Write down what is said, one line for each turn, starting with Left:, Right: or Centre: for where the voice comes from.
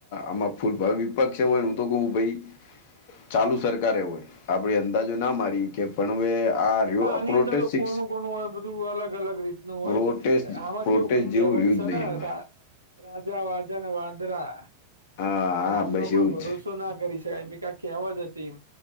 Left: આમાં ફૂલ વિપક્ષમાં હું તો કહું ભાઈ. ચાલુ સરકારે હોય આપડે અંદાજો ના મારી કે પણ હવે આ રહ્યો
Right: હા આની
Left: આ પ્રોટેસ્ટ
Right: અંદર લોકોનું.
Left: સિક્સ
Right: લોકો ન હોય બધું અલગ અલગ રીત નું હોય
Left: પ્રોટેસ્ટ
Right: છે આમાં
Left: પ્રોટેસ્ટ
Right: કેવું ભાઈ કહેવત
Left: જેવું રહ્યું
Right: છે
Left: જ
Right: ને
Left: નહીં એમાં
Right: રાજા વાજા ને વાંદરા
Left: હા
Right: એટલે
Left: હા
Right: આમનો
Left: બસ
Right: કોઈ
Left: એવું
Right: ભરોસો
Left: જ છે
Right: તો ના કરીશ એમ કહેવત હતી એમ